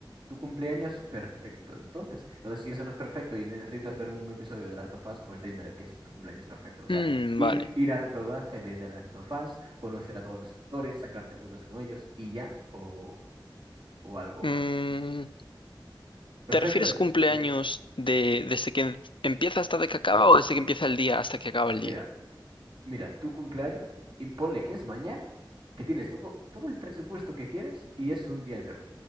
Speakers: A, on the right; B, on the left.
A: tu cumpleaños perfecto. Entonces, entonces, si eso no es perfecto y necesitas ver un episodio de Last of Us, pues dime qué es tu cumpleaños perfecto. O sea,
B: Mm,
A: ir,
B: vale.
A: ir al rodaje de The Last of Us, conocer a todos los actores, sacarte fotos con ellos y ya, o, o algo
B: Mm,
A: más. Perfecto,
B: ¿te refieres
A: ¿eh?
B: cumpleaños
A: Pero
B: de, desde que empieza hasta de que acaba o desde que empieza el día hasta que acaba el día?
A: mira, mira, tu cumpleaños, imponle que es mañana, que tienes todo, todo el presupuesto que quieres y es un día entero,